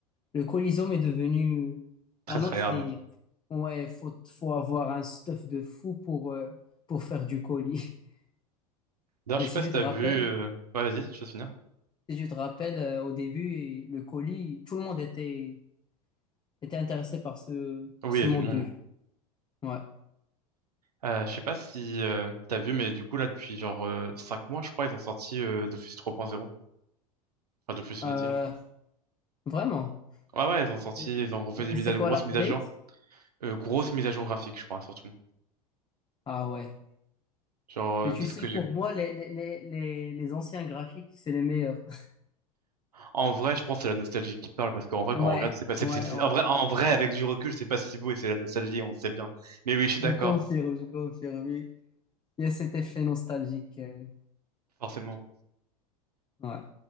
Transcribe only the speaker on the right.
Très,
très
hard.
D'ailleurs,
je sais
pas si
t'as
vu... euh, Ouais, vas-y, je vais finir.
Oui,
il y a
du monde.
hein.
Euh, je sais pas si euh, t'as vu, mais du coup, là, depuis genre euh, 5 mois, je crois, ils ont sorti euh, Dofus 3.0. Enfin, Dofus
Unity.
Ouais, ouais, ils ont sorti,
ils ont refait des
mises à
grosses
mises à jour, euh, grosses mises à jour graphiques, je crois, surtout.
Genre,
euh,
de ce
que j'ai.
En vrai, je pense que c'est la nostalgie qui parle, parce qu'en vrai,
quand on regarde, c'est pas, c'est-
c'est- c'est-
en vrai,
en vrai, avec du recul, c'est pas si beau et c'est la nostalgie, on le sait bien. Mais oui, je
suis d'accord,
forcément.